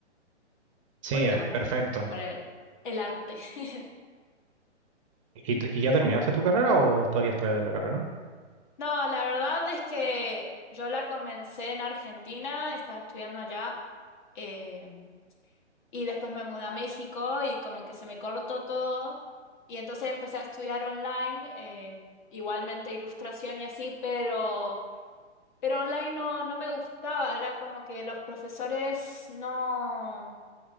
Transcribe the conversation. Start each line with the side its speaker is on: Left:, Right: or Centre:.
Right: Sí,
Left: porque
Right: es
Left: bueno,
Right: perfecto.
Left: por el, el arte. <laughs>
Right: ¿Y, t- y ya terminaste tu carrera o todavía estás en la carrera?
Left: No, la verdad es que yo la comencé en Argentina, estaba estudiando allá, eh, y después me mudé a México y como que se me cortó todo, y entonces empecé a estudiar online, eh, igualmente ilustración y así, pero... Pero online no, no me gustaba, era como que los profesores no,